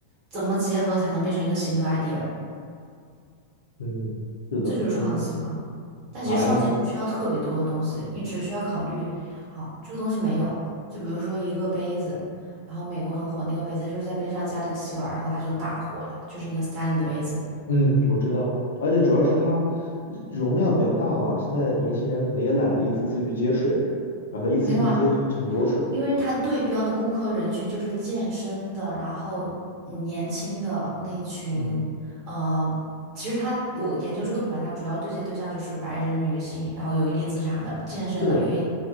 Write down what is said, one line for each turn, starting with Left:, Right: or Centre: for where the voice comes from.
Right: 怎么结合才能变成一个新的 idea，
Left: 嗯，是的，
Right: 这就是创新嘛。
Left: 但是
Right: 但其实创新不需要特别多的东西，
Left: 还
Right: 你只需要考虑，好，这个东西没有，就比如说一个杯子，然后美国很火那个杯子，它就是在杯子上加了一个吸管，然后它就大火了，就是那个 Stanley 的杯子。
Left: 嗯，我知道，而且主要是它容量比较大嘛，现在年轻人可能也懒得一次次去接水，然后一次性能接很多水。
Right: 没有啊，因为它对标的顾客人群就是健身的，然后嗯年轻的那一群，
Left: 嗯，
Right: 呃，其实它我研究这个品牌，它主要对接对象就是白人女性，然后有一定资产的健身的，
Left: 是的，
Right: 因为